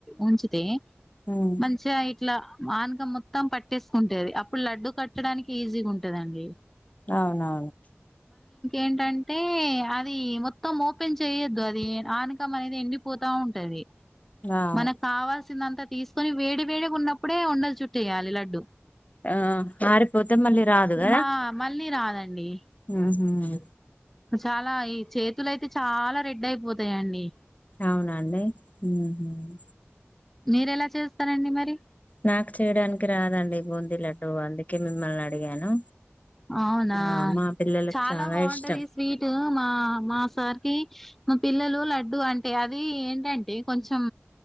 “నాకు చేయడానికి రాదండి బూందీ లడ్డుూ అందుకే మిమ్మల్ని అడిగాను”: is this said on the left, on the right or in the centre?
Left